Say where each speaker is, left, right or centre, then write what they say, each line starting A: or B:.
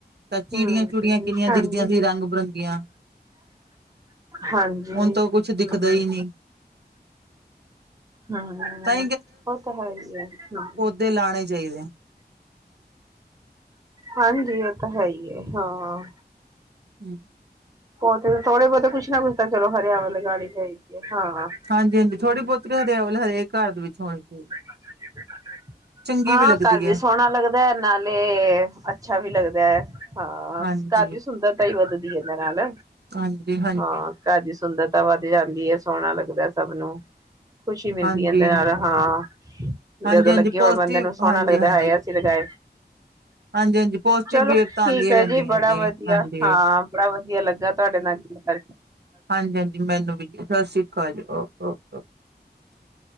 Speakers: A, on the right; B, on the right.
A: ਤਾਂ ਚਿੜੀਆਂ
B: ਹਮ
A: -ਚੁੜੀਆਂ ਕਿੰਨੀਆਂ
B: ਹਾਂਜੀ
A: ਦਿਖਦੀਆਂ ਸੀ ਰੰਗ- ਬਿਰੰਗੀਆਂ।
B: ਹਾਂਜੀ
A: ਹੁਣ ਤਾਂ ਕੁਛ
B: ਹਮ।
A: ਦਿਖਦਾ ਹੀ ਨਹੀਂ
B: ਹਮ
A: ਤਾਂ
B: ਉਹ ਤਾਂ ਹੈ ਹੀ ਆ।
A: ਬੂਟੇ ਲਾਣੇ ਚਾਹੀਦੇ ਨੇ।
B: ਹਾਂਜੀ ਇਹ ਤਾਂ ਹੈ ਹੀ ਹੈ ਹਾਂ
A: ਹਮ <inaudible>
B: ਪੌਦੇ ਥੋੜੇ -ਬਹੁਤੇ ਕੁੱਛ ਨਾ ਕੁੱਛ ਤਾਂ ਚਲੋ ਹਰਿਆਵਾਲ ਲਗਾਉਣੀ ਚਾਹੀਦੀ ਹੈ ਹਾਂ।
A: ਹਾਂਜੀ -ਹਾਂਜੀ
B: ਹਮ
A: ਥੋੜੀ ਬਹੁਤੀ ਹਰਿਆਵਲ ਹਰੇਕ ਘਰ ਦੇ ਵਿੱਚ ਹੋਣੀ ਚਾਹੀਦੀ
B: ਬੈਠ ਚਾ ਬੈਠਾ ਚਾਹੀ <unintelligible>
A: ਚੰਗੀ
B: ਹਾਂ
A: ਲੱਗਦੀ
B: ਘਰ ਵੀ
A: ਹੈ
B: ਸੋਹਣਾ ਲੱਗਦਾ ਹੈ, ਨਾਲੇ ਅੱਛਾ ਵੀ ਲੱਗਦਾ ਐ। ਹਾਂ
A: ਹਾਂਜੀ।
B: ਘਰ ਦੀ ਸੁੰਦਰਤਾ ਈ ਵਧਦੀ ਐ ਇਹਨਾ ਨਾਲ।
A: ਹਾਂਜੀ -ਹਾਂਜੀ।
B: ਹਾਂ ਘਰ ਦੀ ਸੁੰਦਰਤਾ ਵੱਧ ਜਾਂਦੀ ਹੈ, ਸੋਹਣਾ ਲੱਗਦਾ ਸਭ ਨੂੰ। ਖੁਸ਼ੀ ਮਿਲਦੀ
A: ਹਾਂਜੀ,
B: ਇਹਦੇ ਨਾਲ ਹਾਂ ਜਦੋਂ
A: ਹਾਂਜੀ-ਹਾਂਜੀ
B: ਲੱਗੇ
A: ਪੋਜ਼ਟਿਵ
B: ਬੰਦੇ ਨੂੰ ਸੋਹਣਾ
A: ਹਾਂਜੀ-ਹਾਂਜੀ।
B: ਹੈ <unintelligible>
A: ਹਾਂਜੀ-ਹਾਂਜੀ ਪੋਜ਼ਟਿਵ
B: ਚਲੋ
A: ਵੇਵ ਤਾਂ
B: ਠੀਕ
A: ਆਉਂਦੀਆਂ
B: ਹੈ
A: ਰਹਿੰਦੀਆਂ
B: ਜੀ ਬੜਾ ਵਧੀਆ
A: ਹਾਂਜੀ।
B: ਹਾਂ ਬੜਾ ਵਧੀਆ ਲੱਗਾ ਤੁਹਾਡੇ ਨਾਲ ਹਾਂ <unintelligible>
A: ਹਾਂਜੀ -ਹਾਂਜੀ, ਮੈਨੂੰ ਵੀ ਜੀ ਸਤਿ ਸ੍ਰੀ ਅਕਾਲ ਜੀ ਓ-ਓ ਓਕੇ